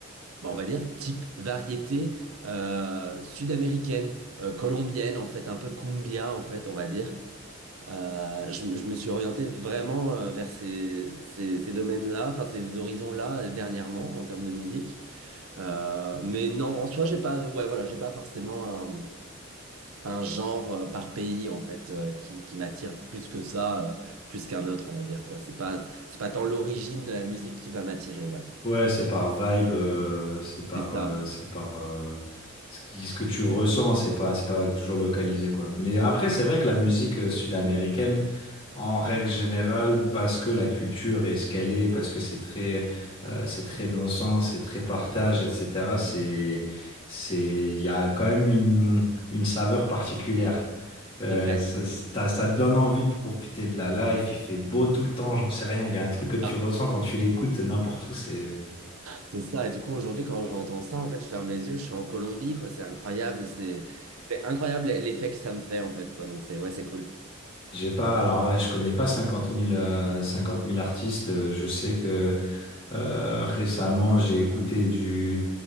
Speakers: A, on the right (about 85°); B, on the left (about 25°).
A: bon, on va dire, type variété euh, sud-américaine, euh, colombienne, en fait, un peu cumbia, en fait, on va dire. Euh, je, je me suis orienté vraiment euh, vers ces, ces, ces domaines-là, enfin, ces horizons-là, euh, dernièrement, en termes de musique. Euh, mais non, en soi, j'ai pas, ouais, voilà, j'ai pas forcément un genre euh, par pays en fait euh, qui, qui m'attire plus que ça, euh, plus qu'un autre, on va dire quoi. C'est pas c'est pas tant l'origine de la musique qui va m'attirer, ouais.
B: Ouais, c'est par vibe, euh, c'est par,
A: C'est ça.
B: euh, c'est par euh, ce qui, ce que tu ressens, c'est pas, c'est pas toujours localisé, quoi. Mais après, c'est vrai que la musique euh, sud-américaine, en règle générale, parce que la culture est ce qu'elle est, parce que c'est très, euh, c'est très dansant, c'est très partage, etc. C'est, c'est, il y a quand même une, une saveur particulière. Euh,
A: Exact.
B: ça, ça ça te donne envie de profiter de la life, il fait beau tout le temps, j'en sais rien, il y a un truc que tu
A: Ah,
B: ressens quand tu l'écoutes n'importe où, c'est...
A: c'est ça. Et du coup, aujourd'hui, quand j'entends ça, en fait, je ferme les yeux, je suis en Colombie, quoi. C'est incroyable. C'est c'est incroyable l'effet que ça me fait, en fait, quoi. Donc c'est ouais, c'est cool.
B: J'ai pas, alors euh, je connais pas cinquante mille euh, 50 000 artistes. Euh, Je sais que euh, récemment j'ai écouté du